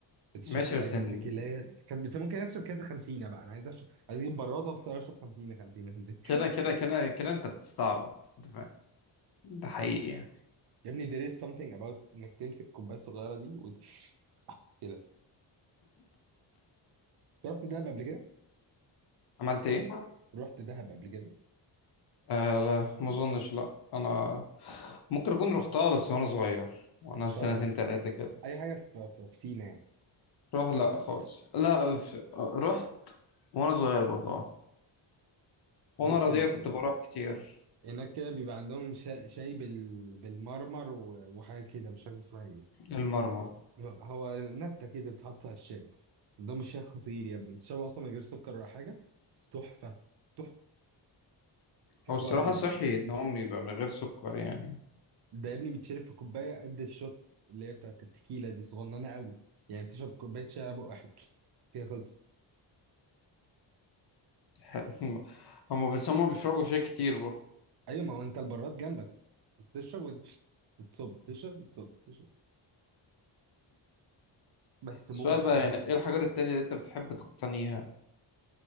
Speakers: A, on the right; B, on the left.
A: الشب
B: بس
A: عايز
B: إن-
A: امسك اللي هي كان بس ممكن اشرب كذا خمسينه بقى انا عايز اشرب عايز اجيب براده افضل اشرب خمسينه خمسينه خمسينه
B: كده
A: <laughs>
B: كده كده كده انت بتستعبط انت فاهم ده حقيقي يعني
A: يا ابني there is something about انك تمسك الكوبايه الصغيره دي وت... كده رحت دهب قبل كده
B: عملت ايه؟
A: رحت دهب قبل كده
B: آه لا ما اظنش لا انا ممكن اكون رحتها بس وانا صغير وانا
A: شرم
B: سنتين تلاتة كده
A: اي حاجه في في, في سينا يعني
B: روح لا خالص لا في... آه، رحت وانا صغير برضه اه وانا
A: بص
B: رضيع
A: يا ابني
B: كنت بروح كتير
A: هناك كده بيبقى عندهم شا... شاي بال... بالمرمر و... وحاجه كده مش فاكر اسمها ايه
B: المرمر ده
A: هو نكته كده بتحط على الشاي عندهم الشاي خطير يا ابني بتشربه اصلا من غير سكر ولا حاجه بس تحفه تحفه بحبه
B: هو الصراحة
A: قوي
B: صحي ان هم يبقى من غير سكر يعني
A: ده يا ابني بيتشرب في كوبايه قد الشوت اللي هي بتاعت التكيله دي صغننه قوي يعني تشرب كوبايه شاي بق واحد <laughs> كده خلصت
B: <laughs> هم بس هم بيشربوا شاي كتير برضه
A: ايوه ما هو انت البراد جنبك بتشرب وتمشي بتصب تشرب بتصب تشرب بس ممتع
B: السؤال بقى يعني
A: قوي
B: ايه الحاجات التانية اللي انت بتحب تقتنيها